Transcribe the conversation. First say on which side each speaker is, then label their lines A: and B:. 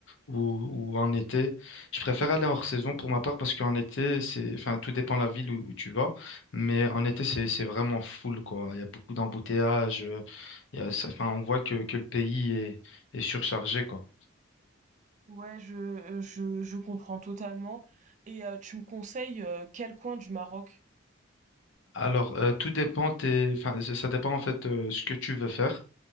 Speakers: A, on the left; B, on the right.
A: ou, ou en été. Je préfère aller hors saison pour ma part parce qu'en été, c'est, enfin, tout dépend de la ville où, où tu vas. Mais en été, c'est, c'est vraiment full, quoi. Il y a beaucoup d'embouteillages. euh, il y a, ça- enfin, on voit que, que le pays est, est surchargé, quoi.
B: Ouais, je, euh, je, je comprends totalement. Et euh, tu me conseilles euh, quel coin du Maroc?
A: Alors, euh, tout dépend, tes- enfin, ça ça dépend en fait euh, ce que tu veux faire.